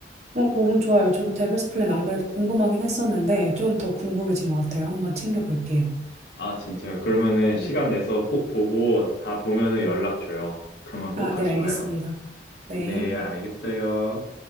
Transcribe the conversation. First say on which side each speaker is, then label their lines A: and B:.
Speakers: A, on the right; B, on the left.
A: 어, 너무 좋아요. 저도 데빌스 플랜 안 그래도 궁금하긴 했었는데 좀 더 궁금해진 것 같아요. 한번 챙겨볼게요.
B: 아, 진짜요? 그러면은
A: 네.
B: 시간 내서 꼭 보고 다 보면은 연락 줘요. 그러면 꼭
A: 아,
B: 같이
A: 네, 알겠습니다.
B: 봐요.
A: 네.
B: 네, 알겠어요.